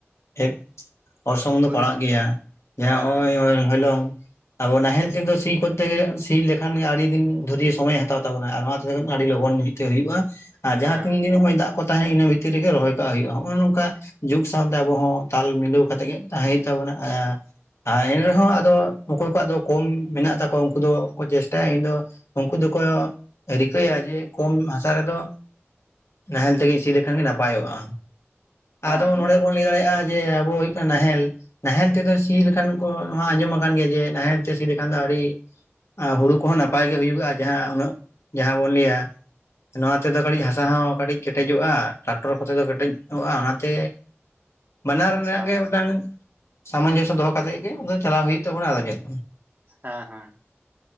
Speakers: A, on the left; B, on the right.
A: ᱮ ᱚᱨᱥᱚᱝ ᱫᱚ
B: ᱯᱚᱨᱤ
A: ᱯᱟᱲᱟᱜ ᱜᱮᱭᱟ ᱦᱚᱸᱜᱼᱚᱭ
B: ᱦᱮᱸ
A: ᱦᱚᱭᱞᱚᱝ ᱟᱵᱚ ᱱᱟᱦᱮᱞ ᱛᱮᱫᱚ ᱥᱤ ᱠᱚᱨᱛᱮ ᱜᱮ ᱥᱤ ᱞᱮᱠᱷᱟᱱ ᱜᱮ ᱟᱹᱰᱤ ᱫᱤᱱ ᱫᱷᱚᱨᱭᱮ ᱥᱚᱢᱚᱭᱮ ᱦᱟᱛᱟᱣ ᱛᱟᱵᱚᱱᱟ ᱟᱨ <unintelligible> ᱟᱹᱰᱤ ᱞᱚᱜᱚᱱ ᱛᱮ ᱦᱩᱭᱩᱜᱼᱟ ᱟ ᱡᱟᱦᱟᱸ
B: ᱦᱮᱸ
A: ᱛᱤᱱ ᱫᱤᱱ ᱦᱚᱭ ᱫᱟᱜ ᱠᱚ ᱛᱟᱦᱮᱸ ᱤᱱᱟᱹ ᱵᱷᱤᱛᱤᱨ ᱨᱮᱜᱮ ᱨᱚᱦᱚᱭ ᱠᱟᱜᱼᱟ ᱦᱩᱭᱩᱜᱼᱟ ᱦᱚᱜᱼᱚ ᱱᱚᱝᱠᱟ ᱡᱩᱜᱽ ᱥᱟᱶᱛᱮ ᱟᱵᱚ ᱦᱚᱸ ᱛᱟᱞ ᱢᱤᱞᱟᱹᱣ ᱠᱟᱛᱮᱜ ᱜᱮ ᱛᱟᱦᱮᱸ ᱦᱩᱭᱩᱜ ᱛᱟᱵᱚᱱᱟ ᱮᱸ ᱟ ᱮᱱᱨᱮᱦᱚᱸ ᱟᱫᱚ ᱚᱠᱚᱣ ᱠᱚᱣᱟᱜ ᱫᱚ ᱠᱚᱢ ᱢᱮᱱᱟᱜ ᱛᱟᱠᱚᱣᱟ ᱩᱝᱠᱩ ᱫᱚ ᱠᱚ ᱪᱮᱥᱴᱟᱭᱟ ᱤᱧᱫᱚ ᱩᱝᱠᱩ ᱫᱚᱠᱚ ᱨᱤᱠᱟᱹᱭᱟ ᱡᱮ ᱠᱚᱢ ᱦᱟᱥᱟ ᱨᱮᱫᱚ ᱱᱟᱦᱮᱞ ᱛᱮᱜᱮ ᱥᱤ ᱞᱮᱠᱷᱟᱱ ᱜᱮ ᱱᱟᱯᱟᱭᱚᱜᱼᱟ
B: ᱦᱮᱸ
A: ᱟᱫᱚ ᱱᱚᱸᱰᱮ
B: ᱢᱟᱱᱮ
A: ᱵᱚᱱ ᱞᱟᱹᱭ ᱫᱟᱲᱮᱜᱼᱟ ᱡᱮ ᱟᱵᱚ ᱦᱩᱭᱩᱜ ᱠᱟ ᱱᱟ ᱦᱮᱞ ᱱᱟᱦᱮᱞ ᱛᱮᱫᱚ ᱥᱤ ᱞᱮᱠᱷᱟᱱ ᱠᱚ ᱱᱚᱣᱟ ᱟᱸᱡᱚᱢ ᱠᱟᱱ ᱜᱮᱭᱟ ᱡᱮ ᱱᱟᱦᱮᱞ ᱛᱮ ᱥᱤ ᱞᱮᱠᱷᱟᱱ ᱫᱚ ᱟᱹᱰᱤ ᱟ ᱦᱩᱲᱩ ᱠᱚᱦᱚᱸ ᱱᱟᱯᱟᱭ ᱜᱮ ᱦᱩᱭᱩᱜᱼᱟ ᱡᱟᱦᱟᱸ ᱩᱱᱟᱹᱜ ᱡᱟᱦᱟᱸ ᱵᱚᱱ ᱞᱟᱹᱭᱟ ᱱᱚᱣᱟ ᱛᱮᱫᱚ ᱠᱟᱹᱴᱤᱡ ᱦᱟᱥᱟ ᱦᱚᱸ ᱠᱟᱹᱴᱤᱡ ᱠᱮᱴᱮᱡᱚᱜᱼᱟ ᱴᱨᱟᱠᱴᱚᱨ ᱠᱚᱛᱮ ᱫᱚ ᱠᱮᱴᱮᱡᱚᱜᱼᱟ ᱚᱱᱟᱛᱮ <inaudible> ᱵᱟᱱᱟᱨ
B: ᱟᱪᱪᱷᱟ
A: ᱨᱮᱱᱟᱜ ᱜᱮ ᱢᱤᱫᱴᱟᱝ ᱥᱟᱢᱚᱡᱚᱥᱥᱚ ᱫᱚᱦᱚ ᱠᱟᱛᱮᱫ ᱜᱮ ᱪᱟᱞᱟᱣ ᱦᱩᱭᱩᱜ ᱛᱟᱵᱚᱱᱟ ᱟᱨᱚ ᱪᱮᱫ᱾
B: ᱦᱮᱸ ᱦᱮᱸ᱾